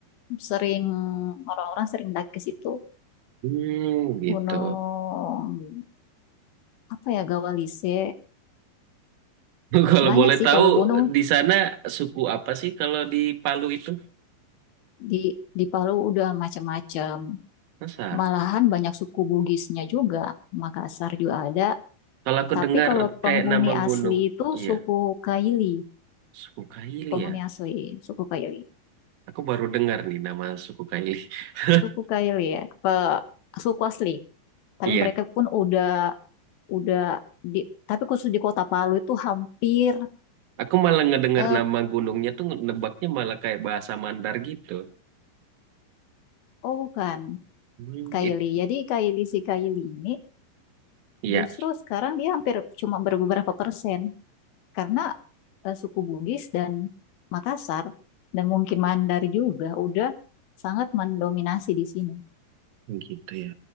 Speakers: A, on the left; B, on the right.
A: sering orang-orang sering daki ke situ.
B: Hmm, gitu.
A: Gunung apa ya Gawalise
B: <laughs> Kalau
A: banyak
B: boleh
A: sih
B: tahu
A: kalau gunung
B: di sana suku apa sih kalau di Palu itu?
A: di di Palu udah macam-macam.
B: Masa?
A: Malahan banyak suku Bugisnya juga. Makassar juga ada.
B: Kalau aku
A: Tapi
B: dengar
A: kalau
B: kayak
A: penghuni
B: nama
A: asli
B: gunung,
A: itu
B: iya,
A: suku Kaili,
B: suku Kaili
A: penghuni
B: ya.
A: asli, suku Kaili.
B: Aku baru dengar nih nama suku Kaili. <laughs>
A: Suku Kaili ya, pe- suku asli. Tapi
B: Iya,
A: mereka pun udah udah di, tapi khusus di Kota Palu itu hampir
B: aku malah ngedengar
A: eh,
B: nama gunungnya tuh nebaknya malah kayak bahasa Mandar gitu.
A: oh bukan
B: Hmm,
A: Kaili.
B: it,
A: Jadi Kaili si Kaili ini
B: iya,
A: justru sekarang dia hampir cuma berbeberapa persen karena eh, suku Bugis dan Makassar dan mungkin Mandar juga udah sangat mendominasi di sini.
B: gitu ya.